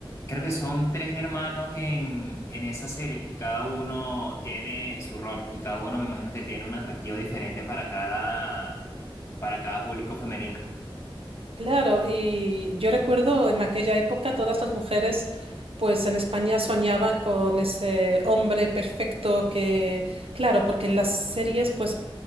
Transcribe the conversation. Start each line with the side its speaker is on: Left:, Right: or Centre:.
Left: creo que son tres hermanos en, en esas series y cada uno tiene su rol y cada uno me imagino que tiene un atractivo diferente para cada, para cada público femenino.
Right: Claro, y yo recuerdo en aquella época todas las mujeres pues en España soñaban con ese hombre perfecto que, claro, porque en las series pues